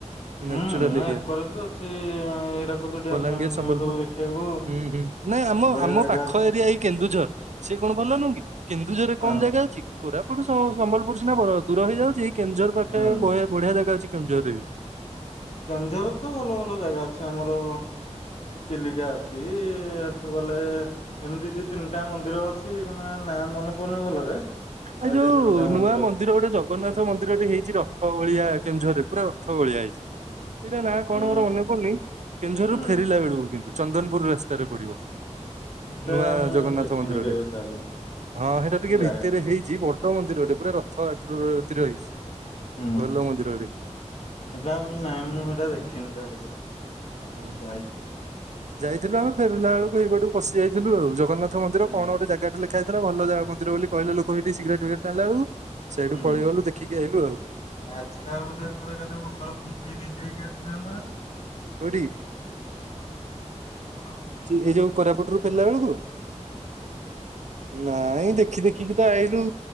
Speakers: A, on the right (about 70°); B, on the left (about 60°).
A: ନ୍ୟାଚୁରାଲ
B: ହୁଁ
A: ଏରିଆ
B: ଏକରେବି ଅଛି ହରାକୁଦ ଡ୳୲ମ
A: ବଲାଙ୍ଗୀର
B: ଫ୳୲ମ
A: ସମ୍ବଲପୁର
B: ସବୁ ଦେଖିବାକୁ।
A: ହୁଁ ହୁଁ ନାଇଁ ଆମ
B: ବଢିଆ
A: ଆମ
B: ଜାଗା
A: ପାଖ
B: ଅଛି
A: ଏରିଆ ଏଇ କେନ୍ଦୁଝର। ସେ କଣ ଭଲ ନୁହଁ କି? କେନ୍ଦୁଝରରେ
B: ହଁ
A: କମ ଜାଗା ଅଛି। କୋରାପୁଟ ସମ୍ବଲପୁର ସିନା ବଡ ଦୂର ହେଇଯାଉଚି। କେନ୍ଦୁଝର ପାଖରେ
B: ହୁଁ।
A: ବଆ ବଢିଆ ଜାଗା ଅଛି କେଁଝରରେ ବି?
B: କେନ୍ଦଝର ରେ ତ ଭଲ ଭଲ ଜାଗା ଅଛି। ଆମର ଚିଲିକା ଅଛି ଏଠୁ ଗଲେ ଏମିତି ଦି ତିନିଟା ମନ୍ଦିର ଅଛି। କି ନା ମନେ ପଡୁନି ଭଲରେ।
A: ଆ ଯୋଉ
B: ଦି ତିନିଟା
A: ନୂଆ ମନ୍ଦିର
B: ଅଛି।
A: ଗୋଟେ ଜଗନ୍ନାଥ ମନ୍ଦିରଟେ ହେଇଛି ରଥ ଭଳିଆ କେଉଁଝରେ। ପୁରା ରଥ ଭଳିଆ ହେଇଛି। ସେଇଟା ନା
B: ହୁଁ
A: କଣ ମୋର ମନେ ପଡୁନି। କେନ୍ଦଝର
B: ହୁଁ
A: ରୁ ଫେରିଲା ବେଳକୁ କିନ୍ତୁ? ଚନ୍ଦନପୁର ରାସ୍ତାରେ ପଡିବ।
B: ସେଟା
A: ନୂଆ
B: ମୁଁ
A: ଜଗନ୍ନାଥ
B: ଦେଖିନି
A: ମନ୍ଦିରଟେ
B: କେବେ ତାହେଲେ
A: ହଁ ହେଇଟା ଟିକେ
B: ଯାଏ
A: ଭି ହେଇଛି ବଡ ମନ୍ଦିରଟେ ପୁରା ରଥ ଆକୃତିରେ ହେଇଛି।
B: ହୁଁ
A: ଭଲ
B: ସେଟା
A: ମନ୍ଦିରଟେ।
B: ନାଇଁ ମୁଁ ହେଟା ଦେଖିନି ତାହେଲେ କେବେ?
A: ଓ
B: ଯାଇକି
A: ଯାଇଥିଲୁ ଆମେ ଫେରିଲା ବେଳକୁ ହେଇପଟୁ ପଶି ଯାଇଥିଲୁ ଆଉ ଜଗନ୍ନାଥନ୍ଦର
B: ହୁଁ।
A: କଣ ଗୋଟେ ଜାଗାଟେ ଖାଇଥିଲା ଭଲ ଜା ମନ୍ଦିର ବୋଲି କହିଲେ ଲୋକ ହେଟି ସିଗାରେଟ ଫିଗାରେଟ ଟାଣିଲା ବେଳକୁ। ସେଇଠୁ
B: ହୁଁ
A: ପଳେଇଗଲୁ ଦେଖିକି ଆଇଲୁ ଆଉ
B: ଆଛା <unintelligible> କେ କେମିତି ହେଇକି ଆସିଲା ବାଲା।
A: କୋଉଠି?
B: ହଁ
A: ସେ ଏଇ ଯୋଉ କରାପୁଟୁରୁୁ ଫେରିଲା ବେଳକୁ ନାଇଁ ଦେଖ ଦେଖି ଦେଖିକି ତ ଆଇଲୁ